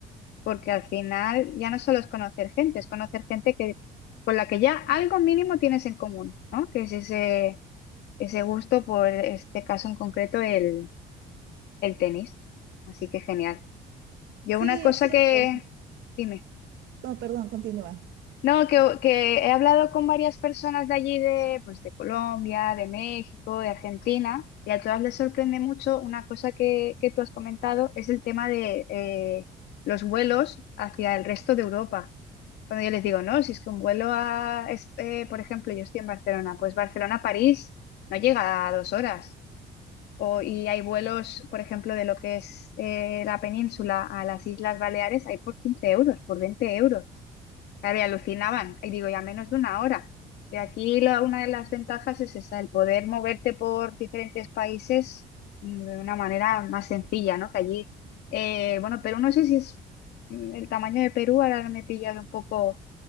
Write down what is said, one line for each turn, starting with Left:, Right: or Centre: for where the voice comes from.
Left: porque al final ya no solo es conocer gente, es conocer gente que, con la que ya algo mínimo tienes en común, ¿no? Que es ese, ese gusto por este caso en concreto, el, el tenis. Así que genial. Yo
Right: Sí,
Left: una cosa
Right: es cierto.
Left: que... Dime.
Right: No, perdón, continúa.
Left: No, que, que he hablado con varias personas de allí, de, pues, de Colombia, de México, de Argentina, y a todas les sorprende mucho una cosa que, que tú has comentado, es el tema de eh, los vuelos hacia el resto de Europa. Cuando yo les digo, no, si es que un vuelo a, es- eh, por ejemplo, yo estoy en Barcelona, pues Barcelona-París no llega a dos horas. O, y hay vuelos, por ejemplo, de lo que es eh, la península a las Islas Baleares, hay por 15 euros, por 20 euros. Claro, y alucinaban. Y digo, ya menos de una hora. Y aquí la- una de las ventajas es esa, el poder moverte por diferentes países mm, de una manera más sencilla, ¿no? Que allí, eh, bueno, Perú no sé si es mm, el tamaño de Perú, ahora me pillas un poco